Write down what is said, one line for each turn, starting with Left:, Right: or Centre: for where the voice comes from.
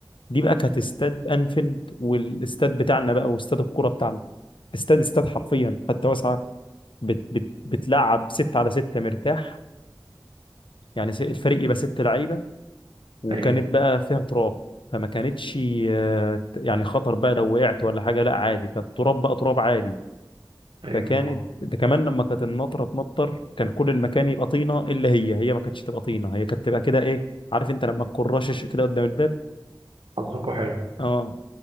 Left: دي بقى كانت استاد انفيلد والاستاد بتاعنا بقى واستاد الكوره بتاعنا استاد استاد حرفيا حتى واسعه بت بت بتلعب ستة على ستة مرتاح يعني س- الفريق يبقى ست لعيبه وكانت
Right: ايوه
Left: بقى فيها تراب فما كانتش آه، يعني خطر بقى لو وقعت ولا حاجه لا عادي كانت تراب بقى تراب عادي
Right: ايوه
Left: فكانت
Right: اه
Left: ده كمان لما كانت النطره تنطر كان كل المكان يبقى طينه الا هي هي ما كانتش تبقى طينه هي كانت تبقى كده ايه عارف انت لما تكون رشش كده قدام الباب
Right: حظكوا حلو
Left: اه